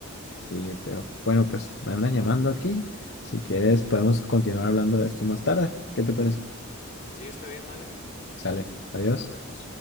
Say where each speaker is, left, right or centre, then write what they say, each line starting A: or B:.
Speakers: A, on the left (about 50°); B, on the left (about 35°).
A: Sí, pero bueno, pues me andan llamando aquí. Si quieres, podemos continuar hablando de esto más tarde. ¿Qué te parece?
B: Sí, está bien, dale.
A: Sale, adiós.
B: Nos vemos.